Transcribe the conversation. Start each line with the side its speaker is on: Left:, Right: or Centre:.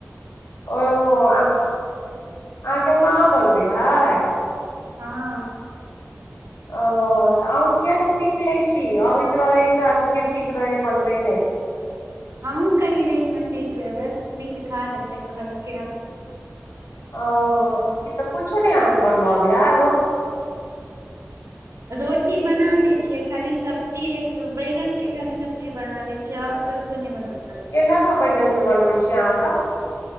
Left: ओहो अहा अहाँ के माँ बनबे हय। ह
Right: हाँ।
Left: औ तऽ अहौं किया ने सीख लै छी, आबैत रहै ते आदमीके ठीक रहै बनबैमे।
Right: हमहूँ कनि दिनमे सीख लेबै मम्मी सिखा देतै कहलके ह
Left: ओ क तऽ कुछो नहि अहाँके बनब अबयै
Right: रोटी बना लै छियै। खाली सब्जी एक बैगन के खाली सब्जी बना ले छी और कथु ने बना
Left: केना बैगन के बनबै छीयै अहाँ सब।